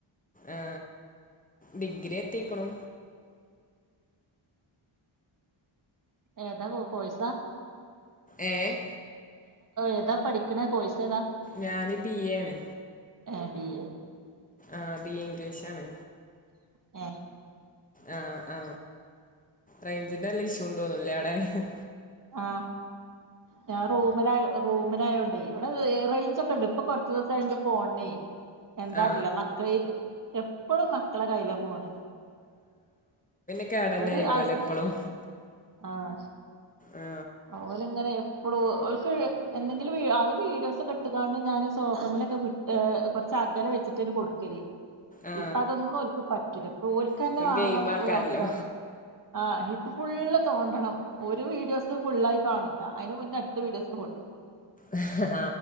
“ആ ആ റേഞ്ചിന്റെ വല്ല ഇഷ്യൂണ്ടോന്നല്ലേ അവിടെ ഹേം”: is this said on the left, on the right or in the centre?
Left